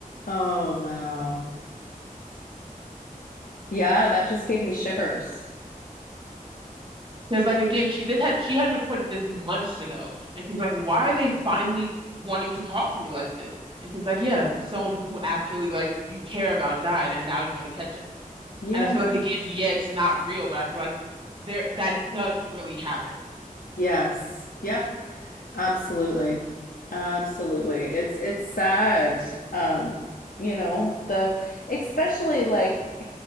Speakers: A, on the left; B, on the right.
A: Oh, wow. Yeah, that just gave me shivers.
B: Because like again, she this had she had reported this months ago, and she's
A: Mhm.
B: like, "Why are they finally wanting to talk to me like this?" And she's like, "Yeah, someone who actually like you care about died, and now you want to catch
A: Yeah.
B: And I feel like again, yeah, it's not real, but I feel like there that does really happen.
A: Yes. Yep. Absolutely. Absolutely. It's it's sad. Um, you know, the especially like